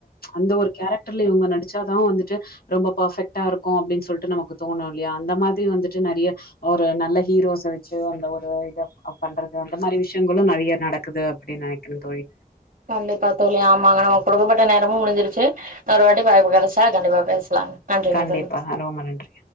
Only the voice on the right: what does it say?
கண்டிப்பா தோழி ஆமாங்க நமக் குடுக்கப்பட்ட நேரமும் முடிஞ்சிருச்சு இன்னோரு வாட்டி வாய்ப்பு கடைச்சா கண்டிப்பா பேசலாங்க நன்றிங்க
தோழி